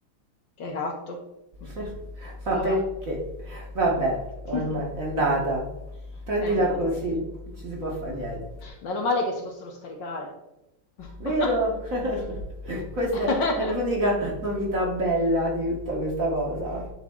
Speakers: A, on the left; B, on the right.
A: che hai fatto? Mm,
B: <laughs> Ma
A: Vabbè.
B: perché? Vabbè, ormai
A: <laughs>
B: è andata. Prendila
A: È andata,
B: così,
A: sì.
B: non ci si può fare niente.
A: Meno male che si possono scaricare. <laughs>
B: Vero? <laughs> Questa è l'unica novità bella di tutta questa cosa,